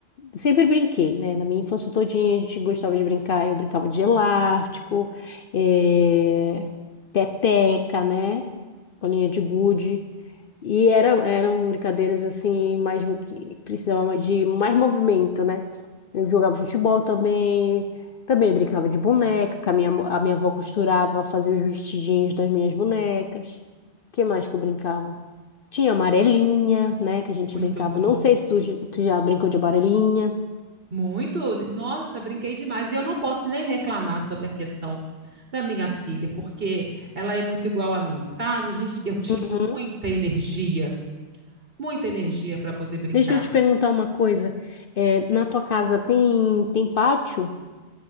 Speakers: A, on the left; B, on the right.
A: Sempre brinquei, né? Na minha infância todinha a gente gostava de brincar. Eu brincava de elástico, eh, peteca, né? bolinha de gude. E eram, eram brincadeiras assim, mais mo- que precisavam de mais movimento, né? Eu jogava futebol também, também brincava de boneca, que a minha, mo- a minha avó costurava, fazia os vestidinhos das minhas bonecas. que mais que eu brincava? Tinha amarelinha, né, que a gente
B: Muito
A: brincava.
B: bom.
A: Não sei se tu, j- tu já brincou de amarelinha.
B: Muito. Nossa, brinquei demais. E eu não posso nem reclamar sobre a questão da minha filha, porque ela é muito igual a mim, sabe? A gente, eu tinha
A: Uhum.
B: muita energia, muita energia para poder brincar.
A: Deixa eu te perguntar uma coisa. É, na tua casa tem, tem pátio?